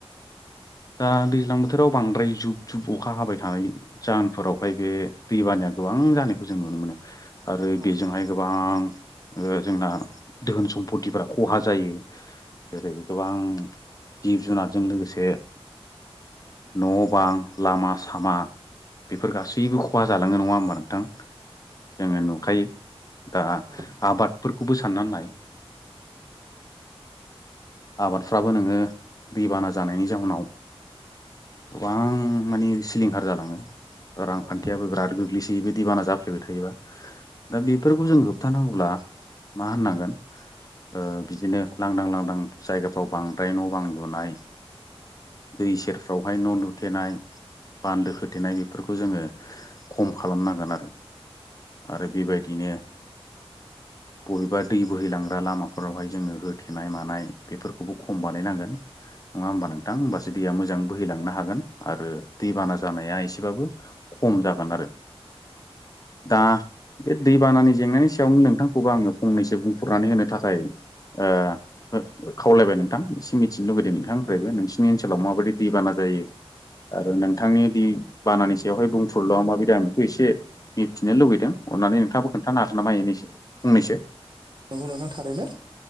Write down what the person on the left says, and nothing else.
दा दैज्लां बोथोराव बांद्राय जुब जुब अखा हाबाय थानाय जाहोनफोरावहाय बे दैबानाया गोबां जानायखौ जों नुनो मोनो आरो
बेजोंहाय गोबां बां जोंना दोहोन सम्पतिफोरा खहा जायो। जेरै गोबां जिब जुनारजों लोगोसे न' बां लामा सामा बेफोर गासैबो खहा जालाङो नङा होमबा? नोंथां जोङो नुखायो। दा
आबादफोरखौबो साननानै नाय। आबादफ्राबो नोङो दैबाना जानायनि जाहोनाव गोबां मानि सिलिंखार जालाङो
रांखान्थियाबो बिराद गो ग्लैसोयो बे दैबाना जाफ्लेबाय थायोबा दा बेफोरखौ जों होबथानांगौब्ला मा होननांगोन? ओ बिदिनो लांदां लांदां जायगाफ्राव बांद्राय न' बां लुनाय दै सेरफ्रावहाय न' लुथेनाय बान्दो होथेनाय बेफोरखौ जोङो खम खालामनांगोन आरो आरो बेबायदिनो बबेबा दै बोहैलांग्रा लामाफोरावहाय जोङो होथेनाय मानाय बेफोरखौबो खम बानायनांगोन। नङा होमबा नोंथां होमबासो दैया मोजां। बोहैलांनो हागोन आरो दैबाना जानाया एसेबाबो खम जागोन आरो। दा बे दै बानानि जेंनानि सायावनो नोंथांखौबो आङो फंनैसो बुंफुरनानै होनो थाखाय ओ खावलायबाय नोंथां एसे मिथिनो लुबैदों नोंथांनिफ्रायबो नोंसिनि ओनसोलाव माबायदि दैबाना जायो। जायो आरो नोंथांनि दै बानानि सायावहाय बुंफुरलुवा माबायदि खौ आं एसे मिथिनो लुुबैदों अननानै नोंथाङाबो खोन्थानो हागोन नामा एनै फंनैसो